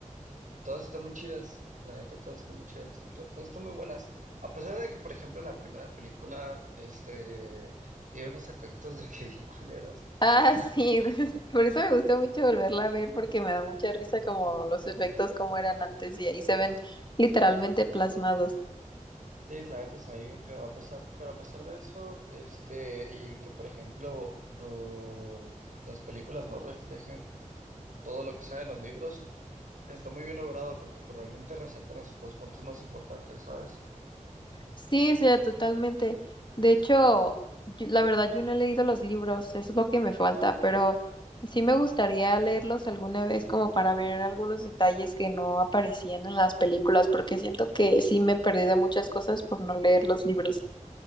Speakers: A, on the right; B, on the left.
A: Todas están muy chidas, la neta, todas están muy chidas, to- todas están muy buenas. A pesar de que, por ejemplo, la primera película, este, tiene unos efectos de que bien culeros.
B: Ah, sí, <laughs> por eso me gusta mucho volverla a ver porque me da mucha risa como los efectos como eran antes y ahí se ven literalmente plasmados.
A: Sí, la neta se ve bien feo, a pesar, pero a pesar de eso, este, y que, por ejemplo, lo- las películas no reflejen todo lo que sale en los libros, está muy bien logrado porque pues, realmente resaltan las- los puntos más importantes, ¿sabes?
B: Sí, sí, totalmente. De hecho, yo- la verdad yo no he leído los libros, eso es lo que me falta, pero sí me gustaría leerlos alguna vez como para ver algunos detalles que no aparecían en las películas, porque siento que sí me perdí de muchas cosas por no leer los libros.